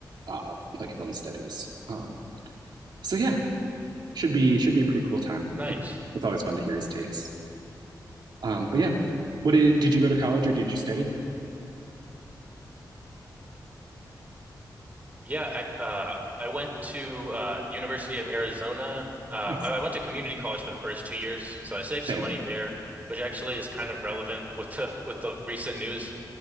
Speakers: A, on the right; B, on the right.
A: uh like film studies. Um, so yeah, should be should be a pretty cool time.
B: Nice.
A: <laughs> It's always fun to hear his takes. Um, but yeah, what did did you go to college or did you study?
B: Yeah, I, uh, I went to uh, University of Arizona. Um,
A: Nice.
B: I, I went to community college for the first two years, so I saved some
A: Same.
B: money there, which actually is kind of relevant with the <laughs> with the recent news.